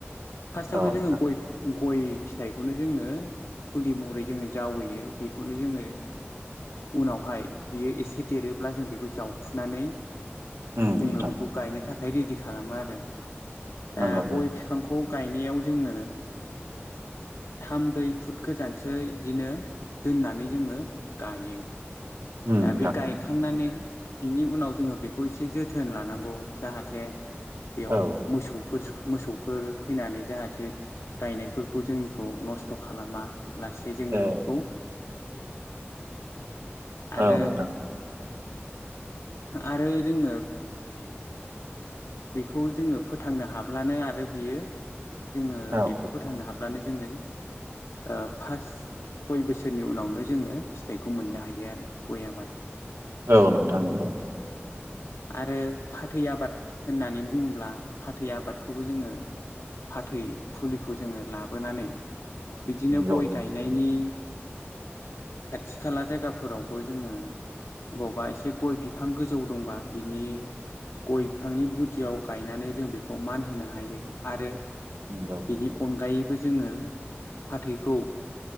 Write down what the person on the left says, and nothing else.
फार्स्टावनो
जोङो
गय गय फिथाइखौनो जोङो फुलि महरै जोङो जावैयो बेखौनो जोङो उनावहाय बियो एसे देरोब्ला जों बेखौ जावखुनानै
जोङो
बेखौ गायनो थाखाय रेडि खालामो आरो
दा गय फिफांखौ गायनायाव जोङो थाम ब्रै फुट गोजानसो बिदिनो दोननानै जोङो गायो
दा
बे गायखांनानै बिनि उनाव जोङो बेखौ एसे जोथोन लानांगौ जाहाथे बेयाव
मोसौ मोसौफोर फैनानै जाहाथे गायनायफोरखौ जोंखौ नस्थ' खालामा लासै जोङो
आरो
आरो जोङो बेखौ जोङो फोथांनो हाब्लानो आरो बियो जोङो
बेखौ फोथांनो हाब जोङो पाच सय बोसोरनि उनावनो जोङो जोङो फिथाइखौ मोननो हायो आरो गय आबादा
आरो फाथै आबाद होननानै बुङोब्ला फाथै आबादखौबो जोङो फाथै फुलिखौ जोङो लाबोनानै बिदिनो
गय गायनायनि
खाथि खाला जायगाफोरावबो जोङो अबावबा एसे गय बिफां गोजौ दंबा बिनि गय बिफांनि गुदियाव गायनानै जों बेखौ मानहोनो हायो आरो
बिनि अनगायै बे जोङो फाथैखौ